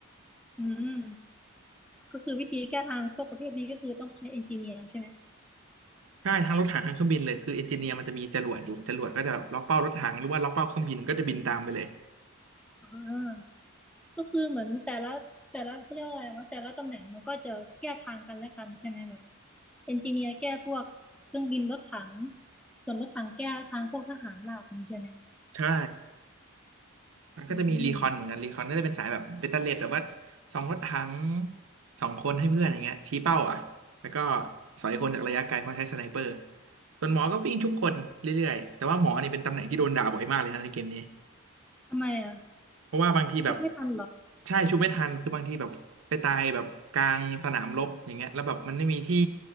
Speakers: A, in the centre; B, on the right.
A: อืมก็คือวิธีแก้ทางพวกประเภทนี้ก็คือต้องใช้เอนจิเนียร์ใช่ไหม
B: ใช่ทั้งรถถังทั้งเครื่องบินเลยคือเอนจิเนียร์มันจะมีจรวดอยู่จรวดก็จะแบบล็อกเป้ารถถังหรือว่าล็อกเป้าเครื่องบินก็จะบินตามไปเลย
A: อ่าก็คือเหมือนแต่ละแต่ละเขาเรียกว่าอะไรวะแต่ละตำแหน่งมันก็จะแก้ทางกันและกันใช่ไหมแบบเอนจิเนียร์แก้พวกเครื่องบินรถถังส่วนรถถังแก้ทางพวกทหารราบนี้ใช่ไหม
B: ใช่แล้วก็จะมีรีคอนเหมือนกันรีคอนก็จะเป็นสายแบบเบตเตอเลดแบบว่า
A: อืม
B: สองรถถังสองคนให้เพื่อนอย่างเงี้ยชี้เป้าอ่ะแล้วก็สอยคนจากระยะไกลเพราะใช้สไนเปอร์ส่วนหมอก็วิ่งทุกคนเรื่อยๆแต่ว่าหมอนี่เป็นตำแหน่งที่โดนด่าบ่อยมากเลยนะในเกมนี้
A: ทำไมอ่ะ
B: เพราะว่าบางทีแบบ
A: ชุบไม่ทันเหรอ
B: ใช่ชุบไม่ทันคือบางทีแบบไปตายแบบกลางสนามรบอย่างเงี้ยแล้วแบบมันไม่มีที่